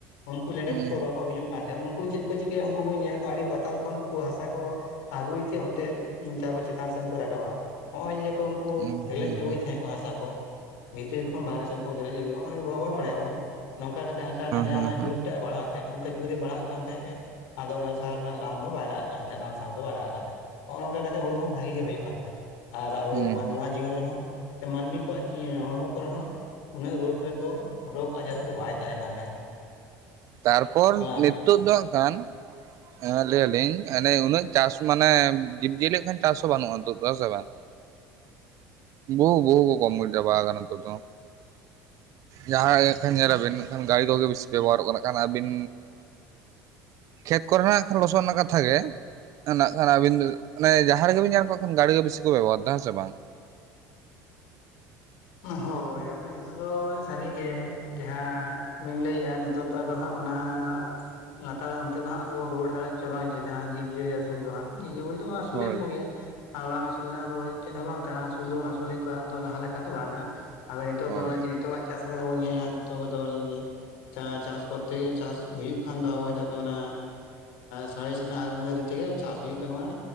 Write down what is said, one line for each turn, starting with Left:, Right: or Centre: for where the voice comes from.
Left: ᱩᱱᱠᱩ ᱞᱮᱸᱰᱮᱛ
Right: ᱦᱩᱸ
Left: ᱠᱚ ᱵᱟᱠᱚ ᱜᱩᱡᱩᱜ ᱠᱟᱱ ᱛᱟᱦᱮᱸᱫ ᱩᱱᱠᱩ ᱪᱮᱫ ᱠᱚ ᱪᱤᱠᱟᱹᱭᱟ ᱩᱱᱠᱩ ᱵᱚᱱ ᱧᱮᱞ ᱠᱚᱣᱟ ᱟᱹᱰᱤ ᱯᱟᱛᱟᱞ ᱠᱷᱚᱱ ᱩᱱᱠᱩ ᱦᱟᱥᱟ ᱠᱚ ᱟᱜᱩᱭ ᱛᱮ ᱚᱱᱛᱮ ᱛᱟᱨᱯᱚᱨ ᱪᱤᱛᱟᱱ ᱥᱮᱱ ᱠᱚ ᱨᱟᱠᱟᱵᱟ, ᱱᱚᱜᱼᱚᱭ ᱡᱮ ᱠᱚ ᱩᱱᱠᱩ
Right: ᱦᱩᱸ ᱦᱩᱸ
Left: ᱜᱮᱞᱮᱡ
Right: ᱦᱩᱸ
Left: ᱟᱹᱜᱩᱭ
Right: ᱦᱩᱸ
Left: ᱛᱟᱦᱮᱸᱫ ᱠᱚ ᱦᱟᱥᱟ ᱠᱚ, ᱵᱷᱤᱛᱤᱨ ᱠᱷᱚᱱ ᱵᱟᱦᱨᱮ ᱥᱮᱱ ᱠᱚ ᱜᱮᱞᱮᱡ ᱦᱚᱜ-ᱚᱭ ᱵᱟᱵ ᱵᱟᱰᱟᱭᱟ ᱟᱵᱚ, ᱱᱚᱝᱠᱟ ᱦᱟᱥᱟ ᱨᱮᱱᱟᱜ ᱡᱟᱦᱟᱸ
Right: ᱦᱩᱸ ᱦᱩᱸ ᱦᱩᱸ
Left: ᱡᱩᱨ ᱴᱟᱜ ᱵᱟᱲᱦᱟᱣ ᱛᱟᱦᱮᱸᱜ, ᱚᱱᱠᱟ ᱡᱩᱨ ᱮ ᱵᱟᱲᱦᱟᱜ ᱠᱟᱱ ᱛᱟᱦᱮᱸᱜᱼᱮ, ᱟᱫᱚ ᱚᱱᱟ ᱥᱟᱨ ᱨᱮᱱᱟᱜ ᱨᱟᱱ ᱫᱚ ᱵᱟᱭ ᱞᱟᱜᱟᱜ ᱠᱟᱱ ᱛᱟᱦᱮᱸᱱᱟ, ᱥᱟᱨ ᱫᱚ ᱵᱟᱭ ᱞᱟᱜᱟᱜ ᱠᱟᱱ ᱛᱟᱦᱮᱸᱱᱟ ᱾ ᱱᱚᱜᱼᱚ ᱱᱚᱝᱠᱟ ᱠᱟᱛᱮ ᱦᱳᱲᱳ ᱦᱚᱸ ᱵᱷᱟᱜᱮ ᱜᱮ ᱦᱳᱭᱳᱜ ᱠᱟᱱ ᱛᱟᱦᱮᱸᱫ, ᱟᱨ ᱟᱵᱚ
Right: ᱦᱩᱸ
Left: ᱢᱟᱱᱣᱟ ᱡᱤᱭᱚᱱ ᱨᱮ ᱦᱚᱸ ᱥᱮ ᱢᱟᱹᱱᱢᱤ ᱠᱚᱣᱟᱜ ᱦᱚᱲᱢᱚ ᱠᱚᱨᱮ ᱦᱚᱸ, ᱩᱱᱟᱹᱜ ᱨᱳᱜᱽ ᱨᱮᱫᱚ ᱨᱳᱜᱽ ᱟᱡᱟᱨ ᱨᱮ ᱫᱚ ᱵᱟᱭ ᱛᱟᱦᱮᱸ ᱠᱟᱱ ᱛᱟᱦᱮᱸᱫ,
Right: ᱛᱟᱨ ᱯᱚᱨ
Left: ᱦᱮᱸ
Right: ᱱᱤᱛᱳᱜ ᱫᱚ ᱦᱟᱸᱜ ᱠᱷᱟᱱ, ᱦᱮᱸ ᱞᱟᱹᱭᱟᱞᱤᱧ ᱮᱱᱮ ᱩᱱᱟᱹᱜ ᱪᱟᱥ ᱢᱟᱱᱮ ᱡᱤᱵᱽᱡᱤᱭᱟᱹᱞᱤ ᱠᱷᱟᱱ ᱪᱟᱥ ᱦᱚᱸ ᱵᱟᱹᱱᱩᱜᱼᱟ ᱱᱤᱛᱳᱜ ᱫᱚ ᱥᱮ ᱵᱟᱝ? ᱵᱩ ᱵᱩ ᱵᱩᱦᱩ ᱠᱚ ᱠᱚᱢ ᱪᱟᱵᱟ ᱠᱟᱱᱟ ᱱᱤᱛᱳᱜ ᱫᱚ, ᱡᱟᱦᱟᱸ ᱜᱮ ᱠᱷᱟᱱ ᱧᱮᱞ ᱟᱵᱤᱱ ᱮᱱᱠᱷᱟᱱ ᱜᱟᱹᱲᱤ ᱠᱚ ᱜᱮ ᱵᱤᱥᱤ ᱵᱮᱵᱚᱦᱟᱨᱚᱜ ᱠᱟᱱᱟ, ᱠᱷᱟᱱ ᱟᱹᱵᱤᱱ ᱠᱷᱮᱛ ᱠᱚᱨᱮᱱᱟᱜ ᱟᱠᱷᱟᱱ ᱞᱚᱥᱚᱫ ᱨᱮᱱᱟᱜ ᱠᱟᱛᱷᱟ ᱜᱮ, ᱱᱟᱜ ᱠᱷᱟᱱ ᱟᱵᱤᱱ ᱫᱚ ᱚᱱᱮ ᱡᱟᱦᱟᱸ ᱨᱮᱜᱵᱤᱱ ᱧᱮᱞ ᱠᱚ ᱠᱷᱟᱱ ᱜᱟᱹᱲᱤ ᱜᱮ ᱵᱮᱥᱤ ᱠᱚ ᱵᱮᱵᱚᱦᱟᱨ ᱫᱟ ᱦᱮᱸ ᱥᱮ ᱵᱟᱝ?
Left: ᱦᱳᱭ, ᱟᱫᱚ ᱱᱤᱛᱳᱜ ᱫᱚ ᱥᱟᱹᱨᱤ ᱜᱮ ᱡᱟᱦᱟᱸ ᱵᱟᱹᱧ ᱞᱟᱹᱭᱮᱼᱟ, ᱱᱤᱛᱳᱜ ᱫᱚ ᱟᱫᱚ ᱦᱟᱸᱜ ᱚᱱᱟ ᱞᱟᱛᱟᱨ ᱚᱱᱛᱮ ᱫᱚ ᱦᱟᱸᱜ ᱨᱩᱣᱟᱹᱲ ᱫᱟᱲᱮᱜ ᱪᱚ ᱵᱟᱝ ᱪᱚ ᱡᱟᱦᱟᱸ ᱡᱤᱵᱽᱡᱤᱭᱟᱹᱞᱤ ᱟᱹᱥᱩᱞ ᱫᱚ ᱦᱟᱸᱜ <inaudible> ᱥᱩᱞᱮᱫ
Right: ᱦᱳᱭ
Left: ᱠᱚᱜᱮᱭᱟ ᱟᱨ ᱵᱟᱝ ᱟᱹᱥᱩᱞ ᱨᱮᱱᱟᱜ ᱫᱚ ᱪᱮᱫ ᱦᱚᱸ ᱵᱟᱝ ᱠᱟᱱᱟ ᱟᱹᱥᱩᱞ ᱫᱚᱵᱚᱱ ᱟᱹᱥᱩᱞᱮᱫ ᱠᱚᱣᱟ ᱟᱫᱚ ᱞᱟᱦᱟ ᱞᱮᱠᱟ, ᱵᱟᱝᱟ ᱟᱫᱚ ᱱᱤᱛᱳᱜ
Right: ᱦᱳᱭ
Left: ᱫᱚ ᱱᱤᱛᱚᱜᱟᱜ ᱪᱟᱥ ᱨᱮ ᱧᱮᱞᱟ <inaudible> ᱪᱟ ᱪᱟᱥ ᱠᱚᱨᱛᱮ ᱜᱮ ᱪᱟᱥ ᱦᱩᱭᱩᱜ ᱠᱷᱟᱱ ᱫᱚ ᱟᱵᱚ ᱱᱤᱛᱚᱜ ᱫᱚ ᱚᱱᱟ, ᱥᱟᱬᱮᱥ ᱨᱮᱱᱟᱜ ᱟᱹᱩᱱᱟᱹᱨᱤ ᱛᱮᱜᱮ ᱪᱟᱥ ᱦᱩᱭᱩᱜ ᱛᱟᱵᱚᱱᱟ